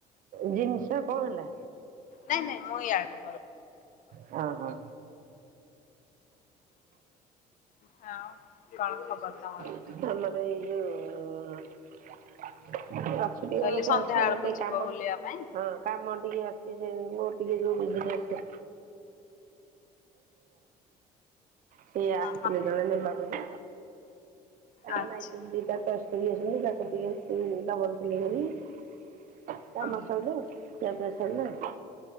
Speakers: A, on the right; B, on the left.
A: ଜିନିଷ କଣ ହେଲା?
B: ନାଇଁ ନାଇଁ ମୁଁ ଇଆଡେ
A: ହଁ ହଁ।
B: ହଁ କଣ ଖବର ତମର?
A: ଆମାନେଇ
B: କହିଲି ସନ୍ଧ୍ୟା ବେଳକୁ
A: <unintelligible>
B: ଯିବ
A: କାମ
B: ବୁଲିବା ପାଇଁ
A: ହଁ କାମ ଟିକେ ଅଛି ସେ ମୋ ଟିକେ ଯୋଉ ବିଜିନେସ୍ <unintelligible> ସିଏ
B: ହଁ
A: ଆସିଥିଲେ ଜଣେ ନେବାକୁ ଯେ <unintelligible>
B: ଆଚ୍ଛା।
A: କାମ ସାରିଲା ଖିଆ ପିଆ
B: ହଁ
A: ସାରିଲା।